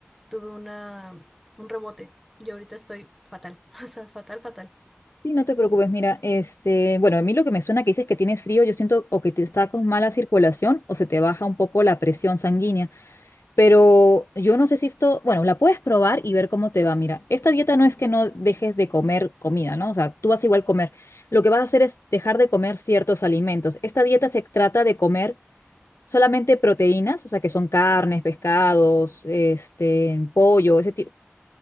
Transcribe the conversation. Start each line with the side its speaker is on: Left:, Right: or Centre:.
Centre: tuve una, un rebote y ahorita estoy fatal, <laughs> o sea, fatal, fatal.
Left: Sí, no te preocupes, mira, este, bueno, a mí lo que me suena que dices que tienes frío, yo siento o que te está con mala circulación o se te baja un poco la presión sanguínea, pero yo no sé si esto, bueno, la puedes probar y ver cómo te va. Mira, esta dieta no es que no dejes de comer comida, ¿no? O sea, tú vas a igual comer. Lo que vas a hacer es dejar de comer ciertos alimentos. Esta dieta se trata de comer solamente proteínas, o sea, que son carnes, pescados, este, pollo, ese tipo,